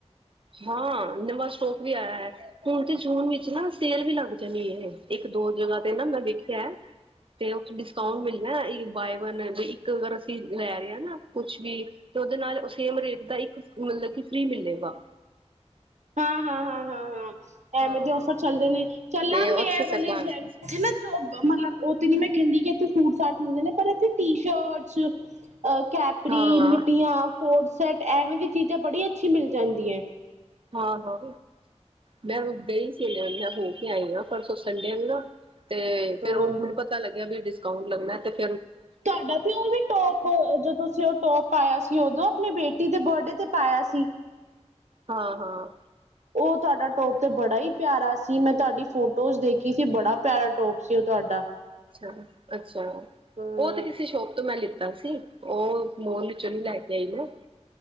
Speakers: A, on the right; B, on the right.
A: ਹਾਂ ਨਵਾ ਸਟੋਕ ਵੀ ਆਇਆ ਹੈ। ਹੁਣ ਤੇ ਜੂਨ ਵਿੱਚ ਨਾ ਸੇਲ ਵੀ ਲੱਗ ਜਾਣੀ ਹੈ ਇੱਕ-ਦੋ ਜਗ੍ਹਾ ਤੇ ਨਾ ਮੈਂ ਵੇਖਿਆ ਹੈ। ਤੇ ਉਥੇ ਡਿਸਕਾਊਂਟ ਮਿਲਣਾ ਬਾਏ ਵਨ ਐਂਡ ਇੱਕ ਅਗਰ ਅਸੀਂ ਲੈ ਰਹੇ ਆ ਨਾ ਕੁਛ ਵੀ ਤੇ ਉਹਦੇ ਨਾਲ ਸੇਮ ਰੇਟ ਦਾ ਇੱਕ ਮਤਲਬ ਕਿ ਫ੍ਰਰੀ ਮਿਲੇਗਾ।
B: ਹਾਂ-ਹਾਂ-ਹਾਂ-ਹਾਂ-ਹਾਂ।
A: ਹਾਂ
B: ਐਵੇਂ ਦੇ ਔਫਰ ਚੱਲਦੇ ਨੇ ਚੱਲਾਂਗੇ
A: ਤੇ ਉੱਥੇ
B: ਐ ਵਥ
A: ਚੱਲਾਂਗੇ
B: ਨਾ ਮਤਲਬ ਉਹ ਤੇ ਨੀ ਮੈਂ ਕਹਿੰਦੀ ਕਿ ਤੂੰ ਸੂਟ ਸਾਟ ਮਿਲਦੇ ਨੇ ਪਰ ਇੱਥੇ ਟੀ ਸ਼ਰਟਸ ਅ ਕੈਪਰੀ
A: ਹਾਂ
B: ਮਿੱਡੀਆਂ ਕੋਰ ਸੈਟ ਐਵੇਂ ਦੀ ਚੀਜ਼ਾਂ ਬੜੀ ਅੱਛੀ ਮਿਲ ਜਾਂਦੀ ਹੈ
A: ਹਾਂ ਹਾਂ ਮੈਂ ਗਈ ਸੀ ਲੈਣ ਮੈਂ <unintelligible> ਆਈ ਆ ਪਰਸੋ ਸੰਡੇ ਨੂੰ ਨਾ ਤੇ ਫੇਰ
B: ਹਾਂ।
A: ਉਹ ਮੈਨੂੰ ਪਤਾ ਲੱਗਿਆ ਵੀ ਡਿਸਕਾਉਂਟ ਲੱਗਣਾ ਤੇ ਫਿਰ
B: ਤੁਹਾਡਾ ਪਿਓ ਵੀ ਟੋਪ ਜੋ ਤੁਸੀਂ ਟੋਪ ਪਾਇਆ ਸੀ ਉਦੋਂ ਆਪਣੀ ਬੇਟੀ ਦੇ ਬਰਥਡੇ ਤੇ ਪਾਇਆ ਸੀ
A: ਹਾਂ-ਹਾਂ,
B: ਉਹ ਤੁਹਾਡਾ ਟੋਪ ਤੇ ਬੜਾ ਹੀ ਪਿਆਰਾ ਸੀ ਮੈਂ ਤੁਹਾਡੀ ਫੋਟੋਜ਼ ਦੇਖੀ ਸੀ ਬੜਾ ਪਿਆਰਾ ਟੋਪ <unintelligible> ਤੁਹਾਡਾ
A: ਅੱਛਾ ਅੱਛਾ, ਅੱਛਾ
B: ਹਾਂ।
A: ਉਹ ਤੇ ਕਿਸੇ ਸ਼ੋਪ ਤੋਂ ਮੈਂ ਲਿੱਤਾ ਸੀ ਉਹ ਮੋਲ ਚੋ ਨੀ ਲੈ ਕੇ ਆਈ ਨਾ